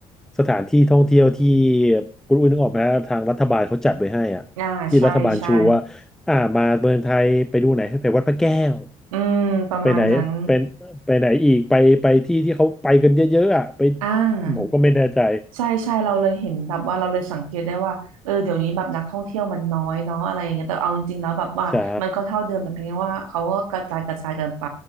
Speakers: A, in the centre; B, on the right.
A: สถานที่ท่องเที่ยวที่คุณอุ้ยนึกออกไหมทางรัฐบาลเขาจัดไว้ให้อ่ะที่รัฐบาลชูว่า
B: อ่าใช่ใช่
A: อ่ามาเมืองไทยไปดูไหนให้ไปวัดพระแก้ว
B: อืมประมาณนั้น
A: ไปไหนเป็นไปไหนอีกไปไปที่ที่เขาไปกันเยอะๆอ่ะไป
B: อ่า
A: ผมก็ไม่แน่ใจ
B: ใช่ใช่เราเลยเห็นแบบว่าเราเลยสังเกตได้ว่าเออเดี๋ยวนี้แบบนักท่องเที่ยวมันน้อยเนาะอะไรอย่างเงี้ยแต่เอาจริงๆแล้วแบบว่ามันก็เท่าเดิมแต่เพียงแค่ว่าเขาก็กระจายกระจายกันไป
A: ใช่